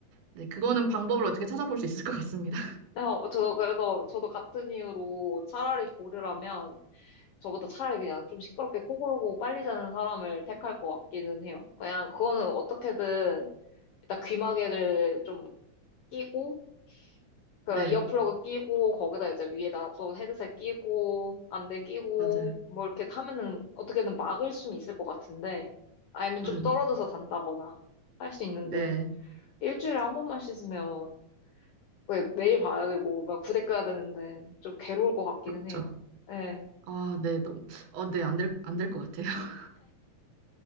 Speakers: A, on the right (about 80°); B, on the left (about 75°).
A: 네, 그거는 방법을 어떻게 찾아볼 수 있을 것 같습니다. <laughs>
B: 네, 어, 저도 그래서, 저도 같은 이유로 차라리 고르라면, 저보다 차라리 그냥 좀 시끄럽게 코 골고 빨리 자는 사람을 택할 것 같기는 해요. 그냥 그거는 어떻게든, 일단 귀마개를 좀 끼고, 그런
A: 네,
B: 이어플러그 끼고, 거기다 이제 위에다 또 헤드셋 끼고, 안대 끼고,
A: 맞아요.
B: 뭐 이렇게 하면은 어떻게든 막을 수는 있을 것 같은데, 아니면 좀
A: 음,
B: 떨어져서 잔다거나 할 수 있는데,
A: 네.
B: 일주일에 한 번만 씻으면 왜 매일 봐야 되고 막 부대 껴야 되는데 좀 괴로울 것 같기는 해요.
A: 저,
B: 네,
A: 아, 네, 너무, 어, 네, 안 될, 안 될 것 같아요. <laughs>